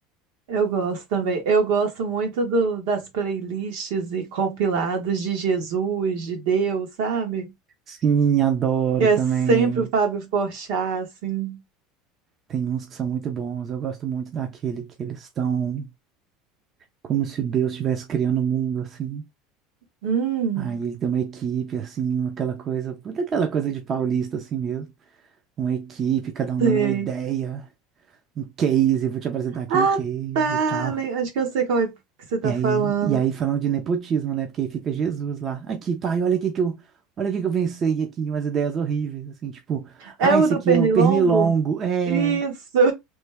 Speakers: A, on the right; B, on the right.
A: Eu gosto também. Eu gosto muito do, das playlists e compilados de Jesus, de Deus, sabe?
B: Sim, adoro
A: Que é
B: também.
A: sempre o Fábio Porchat, assim.
B: Tem uns que são muito bons. Eu gosto muito daquele que eles estão como se Deus estivesse criando o mundo, assim.
A: Hum,
B: Aí ele tem uma equipe, assim, aquela coisa, puta aquela coisa de paulista, assim mesmo. Uma equipe, cada um
A: sei.
B: dando uma ideia, um case, eu vou te apresentar aqui
A: Ah,
B: um case
A: tá.
B: e tal.
A: Le- Acho que eu sei qual é que você tá
B: E aí,
A: falando.
B: e aí falando de nepotismo, né? Porque aí fica Jesus lá. Aqui, pai, olha aqui que eu, olha aqui que eu pensei aqui, umas ideias horríveis, assim, tipo, ah,
A: É o
B: esse
A: do
B: aqui
A: Pernilongo?
B: é o pernilongo, é,
A: Isso!